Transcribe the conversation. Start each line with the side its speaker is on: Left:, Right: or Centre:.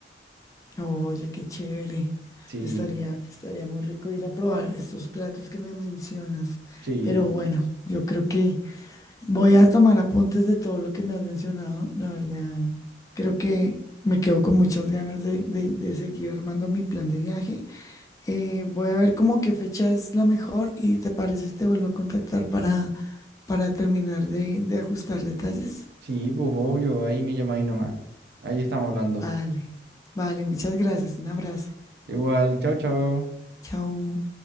Left: Oye, qué chévere.
Right: Sí,
Left: Estaría, estaría muy rico ir a probar estos platos que me mencionas.
Right: sí,
Left: Pero bueno, yo creo que voy a tomar apuntes de todo lo que me has mencionado. La verdad, creo que me quedo con muchas ganas de, de- de seguir armando mi plan de viaje. Eh, voy a ver como qué fecha es la mejor y te parece si te vuelvo a contactar para, para terminar de, de ajustar detalles.
Right: sí, pues obvio, ahí me llamáis nomás. Ahí estamos hablando.
Left: Vale, vale, muchas gracias. Un abrazo.
Right: Igual, chao, chao.
Left: Chao.